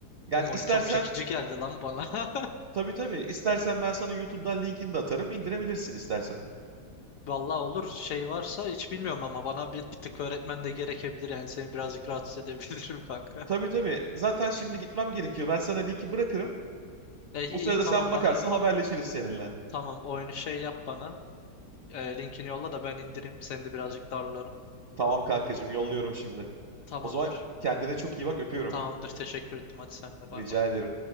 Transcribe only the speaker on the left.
O
oyun çok çekici geldi lan bana. <laughs>
Vallahi olur şey varsa hiç bilmiyorum ama bana bir, bir tık öğretmen de gerekebilir yani seni birazcık rahatsız edebilirim <laughs> kanka.
E, iyi
tamam
bana
tamam oyunu şey yap bana. E, linkini yolla da ben indireyim. Seni de birazcık darlarım.
Tamamdır.
Tamamdır. Teşekkür ettim. Hadi sen de
bay bay.